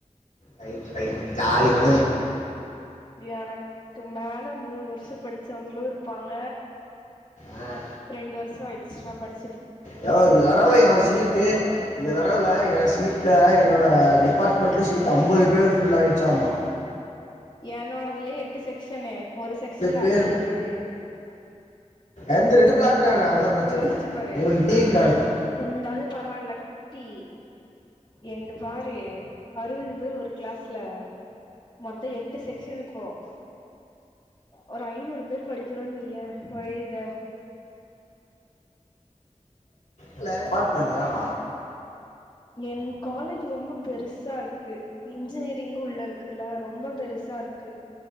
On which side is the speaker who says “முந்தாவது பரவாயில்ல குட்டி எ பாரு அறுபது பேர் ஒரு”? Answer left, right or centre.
Left